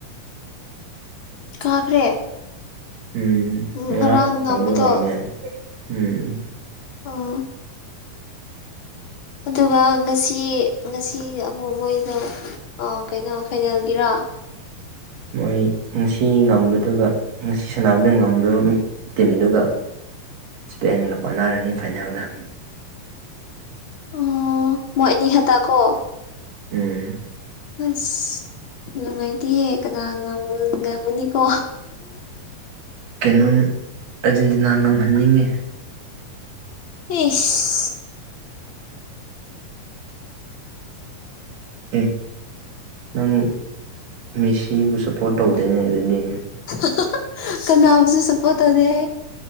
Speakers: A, on the left; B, on the right.
A: ꯀꯥꯈ꯭ꯔꯦ
B: ꯎꯝ
A: ꯉꯔꯥꯡ
B: ꯉꯔꯥꯡꯥꯡꯗ
A: ꯉꯝꯕꯗꯣ
B: ꯉꯝꯃꯦ ꯎꯝ <unintelligible>
A: ꯑꯥ ꯑꯗꯨꯒ ꯉꯁꯤ ꯉꯁꯤ ꯑꯃꯨꯛ ꯃꯣꯏꯗ ꯑꯣ ꯀꯩꯅꯣ ꯐꯥꯏꯅꯦꯜꯒꯤꯔꯣ
B: ꯃꯣꯏ ꯉꯁꯤ ꯉꯝꯕꯗꯨꯒ ꯉꯁꯤ ꯁꯥꯟꯅꯕꯗ ꯉꯝꯕ ꯇꯤꯝꯗꯨꯒ ꯏꯁꯄꯦꯟꯒ ꯄꯥꯟꯅꯔꯅꯤ ꯐꯥꯏꯅꯦꯜꯗ
A: ꯑꯣ ꯃꯣꯏ ꯑꯅꯤ ꯈꯗ ꯀꯣ
B: ꯎꯝ
A: ꯑꯁ ꯅꯨꯡꯉꯥꯏꯇꯦꯍꯦ ꯀꯅꯥ ꯉꯝꯒꯨꯅꯤꯀꯣ
B: ꯀꯩꯅꯣ ꯑꯔꯖꯦꯟꯇꯤꯅꯥ ꯉꯝꯍꯟꯅꯤꯡꯉꯤ
A: ꯏꯁ
B: ꯑꯦ ꯅꯪ ꯃꯤꯁꯤꯕꯨ ꯁꯞꯄꯣꯔꯠ ꯇꯧꯗꯣꯏꯅꯦ ꯑꯗꯨꯗꯤ
A: <unintelligible> ꯀꯅꯥꯕꯨꯁꯨ ꯁꯞꯄꯣꯔꯠ ꯇꯧꯗꯦ ꯍꯥꯏ